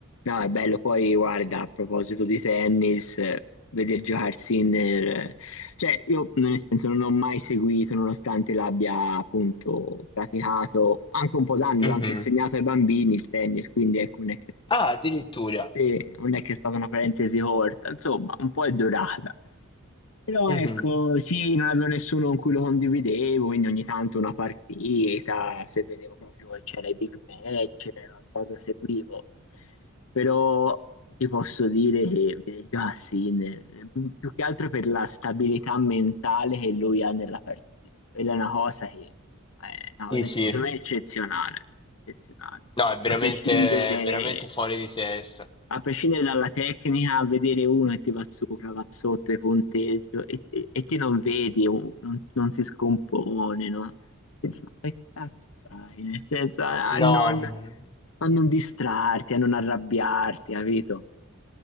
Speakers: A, on the left (about 65°); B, on the left (about 20°).
A: No, è bello. Poi, guarda, a proposito di tennis, eh, vedi giocare Sinner. eh, Cioè, io nel senso non ho mai seguito, nonostante l'abbia appunto praticato anche un po' d'anni,
B: Mhm.
A: l'ho anche insegnato ai bambini il tennis, quindi ecco, non è che,
B: Ah, addirittura.
A: sì, non è che è stata una parentesi corta, insomma, un po' è durata. Però
B: Mhm.
A: ecco, sì, non avevo nessuno con cui lo condividevo, quindi ogni tanto una partita, se vedevo proprio che c'era i big match, la cosa seguivo. Però ti posso dire che vede già Sinner, più più che altro per la stabilità mentale che lui ha nella partita. Quella è una cosa che eh, è una cosa
B: Sì, sì.
A: che secondo me è eccezionale, eccezionale.
B: No, è veramente,
A: A prescindere
B: è veramente fuori di testa.
A: a prescindere dalla tecnica, a vedere uno che ti va sopra, va sotto e punteggio e, e, e ti non vedi, un- non, non si scompone, no? E dici, ma che cazzo fai? Nel senso, a,
B: No.
A: a non,
B: no, no.
A: a non distrarti, a non arrabbiarti, capito?